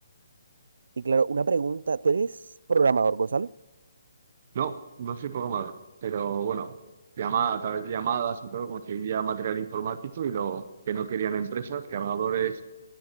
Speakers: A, on the right (about 70°); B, on the right (about 40°).
A: Y claro, una pregunta. ¿Tú eres programador, Gonzalo?
B: No, no soy programador, pero bueno, llamada, a través de llamadas y todo, conseguía material informático y lo que no querían empresas, cargadores,